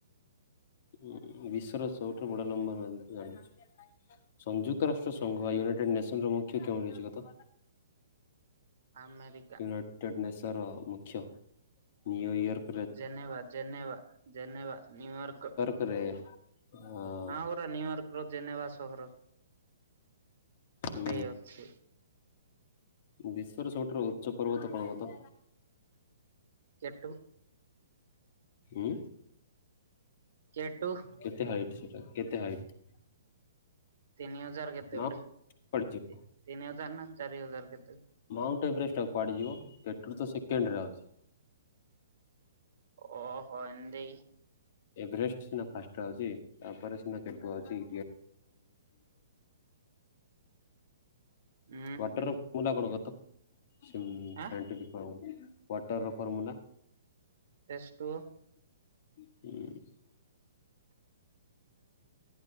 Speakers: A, on the left; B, on the right.
A: ହୁଁ ବିଶ୍ଵର ସବୁଠୁ ବଡ଼ ନମ୍ବର ୱାନ୍ ତୁ ଜାଣିଚୁ। ସଂଯୁକ୍ତ ରାଷ୍ଟ୍ର ସଂଘ ୟୁନାଇଟେଡ଼ ନେସନ ର ମୁଖ୍ୟ କେଉଁଠି ରହିଛି କହ ତ?
B: ଆମେରିକ୍
A: <unintelligible> ନେସର ମୁଖ୍ୟ New York.
B: Geneva, Geneva, Geneva New York
A: ପରେ ହଁ।
B: ହଁ ପରା ନିୟୁର୍କ ର ଜେନେବା ସହର
A: ହୁଁ
B: ଗୋଟେ ଅଛି
A: ବିଶ୍ଵର ସବୁଠାରୁ ଉଚ୍ଚ ପର୍ବତ କଣ କହ ତ?
B: କେଟୁ।
A: ଉଁ।
B: କେଟୁ।
A: କେତେ ହାଇଟ୍ ସେଇଟା, କେତେ ହାଇଟ୍?
B: ତିନି ହଜାର୍‌ କେତେ
A: ମାଉଣ୍ଟ
B: ଗୋଟେ, ତି
A: କୁଆଡେ ଯିବ?
B: -ତିନି ହଜାର୍‌ ନା ଚାରି ହଜାର କେତେ?
A: ମାଉଣ୍ଟ ଏଭରେଷ୍ଟ ଆଉ କୁଆଡ଼େ ଯିବ, କେଟର ତ ସେକେଣ୍ଡରେ ଆଉଛି।
B: ଓ ହୋ ଏମିତି।
A: ଏଭରେଷ୍ଟ ସିନା ଫାଷ୍ଟ ଆଉଛି ତାପରେ ସିନା ଗେଟକେ ଅଛି
B: ଉଁ
A: ୱାଟର
B: ହୁଁ
A: ପୁଅ ନା କଣ କହ ତ? ସେଣ୍ଟ
B: ଆ
A: ପିଟର ୱାଟର ର ଫର୍ମୁଲା?
B: H two O.
A: ହୁଁ।